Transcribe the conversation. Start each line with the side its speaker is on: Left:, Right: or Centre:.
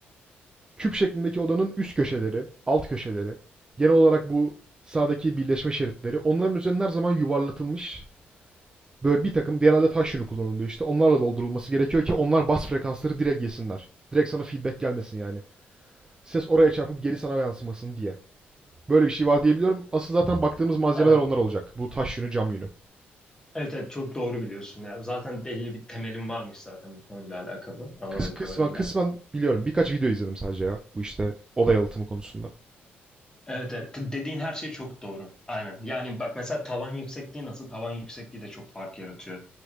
Right: Küp şeklindeki odanın üst köşeleri, alt köşeleri, genel olarak bu sağdaki birleşme şeritleri onların üzerine her zaman yuvarlatılmış böyle bir takım genelde taş yünü kullanılıyor işte onlarla doldurulması gerekiyor ki onlar bas frekansları direkt yesinler. Direkt sana feedback gelmesin yani. Ses oraya çarpıp geri sana yansımasın diye. Böyle bir şey var diyebiliyorum. Asıl zaten baktığımız malzemeler
Left: Evet,
Right: onlar olacak. Bu taş yünü, cam yünü.
Left: evet, evet çok doğru biliyorsun. ya zaten belli bir temelim varmış zaten bu konuyla alakalı anladığım
Right: Kıs kısmen
Left: kadarıyla.
Right: kısmen biliyorum. Birkaç video izledim sadece ya. Bu işte oda yalıtımı konusunda.
Left: Evet, evet. t- Dediğin her şey çok doğru. Aynen. Yani bak mesela tavan yüksekliği nasıl? Tavan yüksekliği de çok fark yaratıyor.